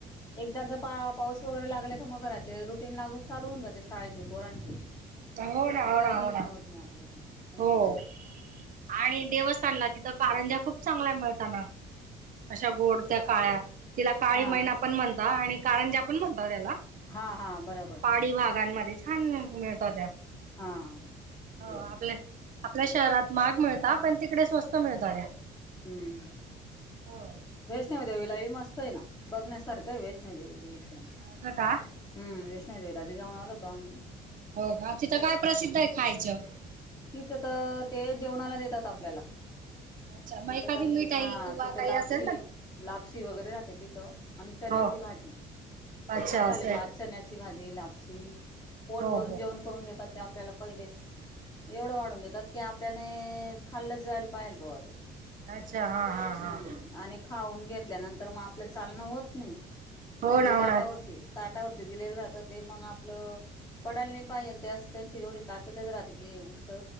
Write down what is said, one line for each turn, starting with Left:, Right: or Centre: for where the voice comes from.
Left: एकदा जर पा पाऊस वगैरे लागला का मग घराचे रुटीन लागून चालू होऊ जाते शाळेचे पोरांचे.
Right: हो ना
Left: मग
Right: हो
Left: काही
Right: ना
Left: निघण
Right: हो ना
Left: होत नाही आपलं पण. हम
Right: हो. आणि देवस्थानला तिथं कारंजा खूप चांगला मिळताना अशा गोड त्या काळ्या तिला काळी
Left: हा
Right: महिना पण म्हणता आणि कारण ज्या कोण म्हणत त्याला
Left: हा हा बरोबर
Right: पाळी भागांमध्ये छान मिळतो त्या
Left: हा
Right: हो
Left: ते
Right: आपल्या आपल्या शहरात माग मिळता पण तिकडे स्वस्त मिळतात त्या
Left: हम्म
Right: हो
Left: वैष्णव देेवीलाईव मस्त आहे ना बघण्यासारखं वेषणे दे हम्म
Right: असं का
Left: स्नारीवेला भिजा न नाला होोमही
Right: हो का तिथं काय प्रसिद्ध आहे खायचं
Left: तिथं तर ते जेवणाला देतात आपल्याला
Right: अच्छा मग
Left: तिथं
Right: एखादी
Left: काही
Right: मिठाई
Left: हा
Right: किंवा
Left: तिथं
Right: काही
Left: लापसी
Right: असेल ना
Left: लापसी वगैरे राहते तिथं आणि चण्याची
Right: हो
Left: भाजी
Right: अच्छा
Left: मसाले
Right: असेल
Left: भात चण्याची भाजी लाप सीख पोट
Right: हो
Left: भरून
Right: हो
Left: जेवण करून देतात ते आपल्याला पहिलेच एवढं वाढून देतात की आपल्याने खाल्लंच जायला पाहिल बॉ ते
Right: अच्छा हा, हा,
Left: हम्म
Right: हा,
Left: आणि खाऊन घेतल्यानंतर मग आपलं चालणं होत नही
Right: हो
Left: म्हजे
Right: ना हो
Left: ताटावरती
Right: ना
Left: ताट ती दिलेल राह ते मग आपलं पडायला नाही पाहिजेल ते असं त्यांची तेवढी ताकीदच राहते की हे ऊष्ट